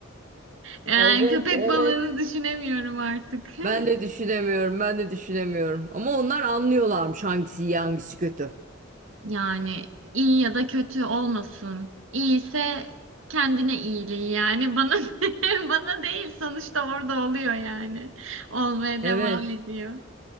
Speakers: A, on the right (about 75°); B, on the right (about 40°).
A: Yani
B: Evet,
A: köpek
B: evet.
A: balığını düşünemiyorum artık.
B: Ben de
A: <laughs>
B: düşünemiyorum, ben de düşünemiyorum. Ama onlar anlıyorlarmış hangisi iyi, hangisi kötü.
A: Yani iyi ya da kötü olmasın. İyiyse kendine iyiliği yani bana <laughs> bana değil sonuçta orada oluyor yani. Olmaya
B: Evet,
A: devam ediyor.